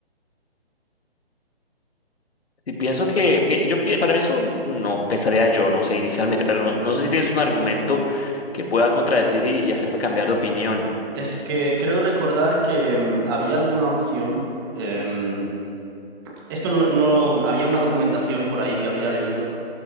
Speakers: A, on the left; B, on the right.
A: Y pienso que, pi- yo, pi- para mí es un, no, pensaría yo, no sé inicialmente, pero no, no sé si tienes un argumento que pueda contradecir y, y hacerme cambiar de opinión.
B: Es que creo recordar que em, había alguna opción. em, esto no, lo- no había una documentación por ahí que había leído